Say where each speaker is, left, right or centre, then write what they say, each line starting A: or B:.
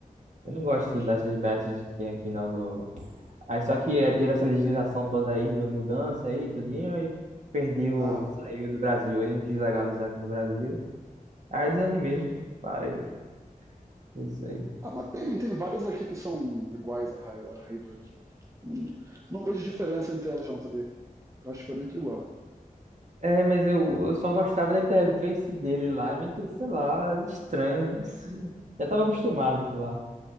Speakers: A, on the right; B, on the right.
A: Eu não gosto
B: Hum,
A: dessas bets que tem aqui, não, do... Aí só que eh, teve essa legislação toda aí, do mudança aí, tudinho, aí perdeu,
B: Aham.
A: saiu do Brasil. Ele não quis legalizar aqui no Brasil. Aí eu desanimei. Parei. Isso aí.
B: Ah, mas tem, tem várias aqui que são iguais a, Hi- a Hayward, né? Não, não vejo diferença entre elas, não, sabia? Eu acho que foi muito igual.
A: É, mas eu, eu só gostava da interface dele lá, meio, sei lá, estranho. assim. Já tava acostumado com lá.